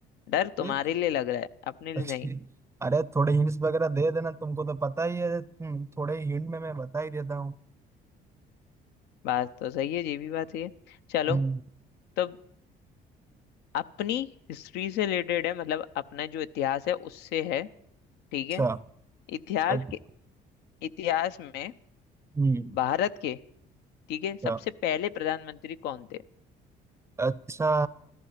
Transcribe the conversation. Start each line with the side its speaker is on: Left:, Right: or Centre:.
Left: डर तुम्हारे
Right: एक
Left: लिए लग रहा है अपने लिए
Right: <laughs>
Left: नहीं
Right: अरे थोड़े हिंट्स वगैरह दे देना तुमको तो पता ही है हम्म, थोड़े हिंट में मैं बता ही देता हूँ
Left: बात तो सही है ये भी बात सही है चलो
Right: हम्म,
Left: तो अपनी हिस्ट्री से रिलेटेड है मतलब अपना जो इतिहास है उससे है ठीक
Right: अच्छा
Left: है इतिहास
Right: अच-
Left: के इतिहास में
Right: हम्म,
Left: भारत के ठीक
Right: अच्छा
Left: है सबसे पहले प्रधानमंत्री कौन थे
Right: अच्छा